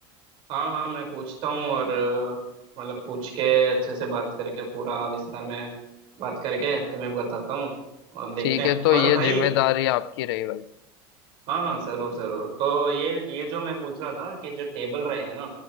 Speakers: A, on the right; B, on the left.
A: हाँ हाँ मैं पूछता हूँ और मतलब पूछ के अच्छे से बात करके पूरा विस्तार में बात करके तुम्हें बताता हूँ और देखते
B: ठीक
A: हैं
B: है तो ये
A: और भाई
B: जिम्मेदारी आपकी रही भाई
A: हाँ हाँ जरूर जरूर तो ये ये जो मैं पूछ रहा था कि जो टेबल रहेगा ना